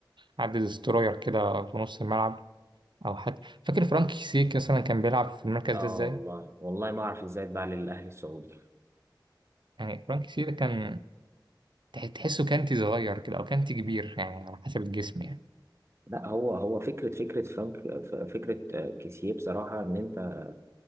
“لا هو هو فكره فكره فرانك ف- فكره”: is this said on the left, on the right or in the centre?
Right